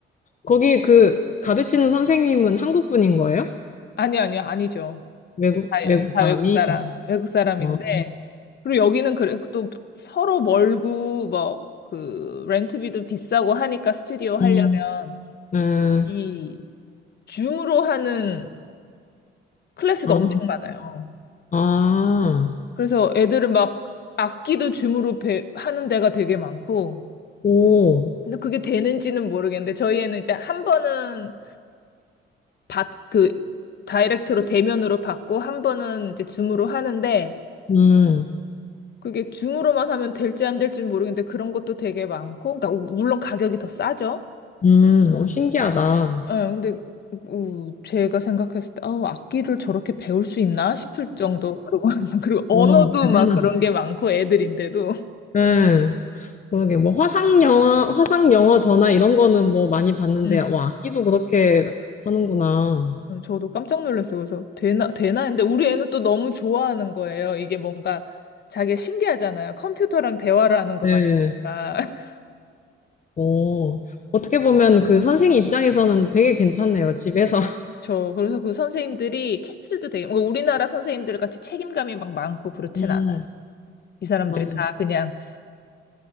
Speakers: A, on the left; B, on the left.
A: 거기 그 가르치는 선생님은 한국 분인 거예요?
B: <laughs> 아니요, 아니요, 아니죠.
A: 외국,
B: 다,
A: 외국 사람이?
B: 다 외국 사람, 외국 사람인데.
A: 어, 어,
B: 그리고 여기는 그래, 또 서로 멀고, 뭐, 그, 렌트비도 비싸고 하니까 스튜디오 하려면.
A: 음, 음,
B: 이 줌으로 하는 클래스도
A: 아,
B: 엄청 많아요.
A: 아,
B: 그래서 애들은 막 악기도 줌으로 배, 하는 데가 되게 많고,
A: 오,
B: 근데 그게 되는지는 모르겠는데, 저희 애는 이제 한 번은 받, 그, 다이렉트로 대면으로 받고, 한 번은 이제 줌으로 하는데,
A: 음,
B: 그게 줌으로만 하면 될지 안 될지는 모르겠는데, 그런 것도 되게 많고, 그러니까 물론 가격이 더 싸죠.
A: 음, 어, 신기하다.
B: 예, 근데 우, 제가 생각했을 때, 아, 악기를 저렇게 배울 수 있나 싶을 정도. 그리고, <laughs> 그리고 언어도
A: 오, 대단한.
B: 막 그런 게 많고 애들인데도.
A: 네, 그러게, 뭐, 화상 영화, 화상 영어 전화 이런 거는 뭐 많이 봤는데,
B: 음,
A: 와, 악기도 그렇게 하는구나.
B: 음, 저도 깜짝 놀랐어요. 그래서 되나, 되나 했는데 우리 애는 또 너무 좋아하는 거예요. 이게 뭔가 자기가 신기하잖아요. 컴퓨터랑 대화를 하는 것
A: 네,
B: 같으니까. <laughs>
A: 오, 어떻게 보면 그 선생님 입장에서는 되게 괜찮네요, 집에서. <laughs>
B: 저, 그래서 그 선생님들이 캔슬도 되게, 뭐 우리나라 선생님들 같이 책임감이 막 많고 그렇진
A: 음,
B: 않아요. 이 사람들이
A: 맞아.
B: 다 그냥